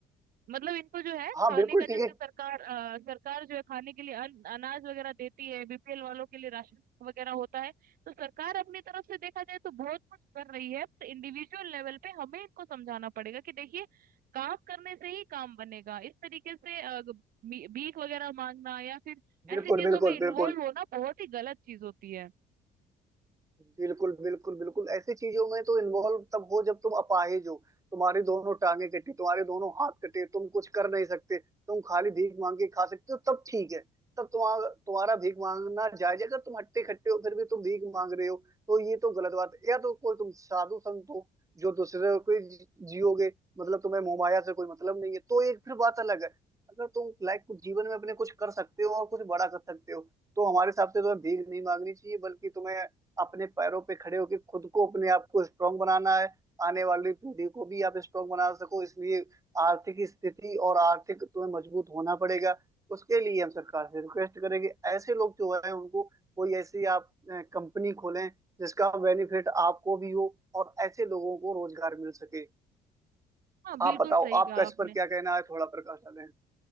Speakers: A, on the right (about 60°); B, on the right (about 20°).
A: मतलब इनको जो है
B: हाँ
A: खाने
B: बिल्कुल
A: का
B: ठीक
A: जैसे
B: है
A: सरकार अ, सरकार जो है खाने के लिए अन, अनाज वगैरह देती है बीपीएल वालों के लिए राशन वगैरह होता है तो सरकार अपनी तरफ से देखा जाए तो बहुत कुछ कर रही है तो इंडिविजुअल लेवल पे हमें इनको समझाना पड़ेगा कि देखिए काम करने से ही काम बनेगा इस तरीके से अ, ग- भी- भीख वगैरह मांगना या फिर
B: बिल्कुल
A: ऐसी चीजों
B: बिल्कुल
A: में इन्वॉल्व
B: बिल्कुल
A: होना बहुत ही गलत चीज होती है
B: बिल्कुल बिल्कुल बिल्कुल ऐसी चीजों में तो इन्वॉल्व तब हो जब तुम अपाहिज हो तुम्हारी दोनों टांगे कटी तुम्हारे दोनों हाथ कटे तुम कुछ कर नहीं सकते तुम खाली भीख मांग के खा सकते हो तब ठीक है तब तुम्हारा तुम्हारा भीख मांगना जायज है। अगर तुम हट्टे खट्टे हो फिर भी तुम भीख मांग रहे हो तो ये तो गलत बात है या तो कोई तुम साधु संत हो जो दूसरे को जी- जियोगे मतलब तुम्हें मोहमाया से कोई मतलब नहीं है तो एक फिर बात अलग है अगर तुम लाइफ कुछ जीवन में अपने कुछ कर सकते हो और कुछ बड़ा कर सकते हो तो हमारे हिसाब से तुम्हें भीख नहीं मांगनी चाहिए बल्कि तुम्हें अपने पैरों पे खड़े होके खुद को अपने आप को स्ट्रांग बनाना है आने वाली पीढ़ी को भी आप स्ट्रांग बना सको इसलिए आर्थिक स्थिति और आर्थिक तुम्हें मजबूत होना पड़ेगा उसके लिए हम सरकार से रिक्वेस्ट करेंगे ऐसे लोग जो है उनको कोई ऐसी आप कंपनी खोलें जिसका बेनिफिट आपको भी हो और ऐसे लोगों को रोजगार मिल सके
A: हाँ बिल्कुल
B: आप बताओ
A: सही
B: आपका
A: कहा
B: इस
A: आपने।
B: पर क्या कहना है थोड़ा प्रकाश डालें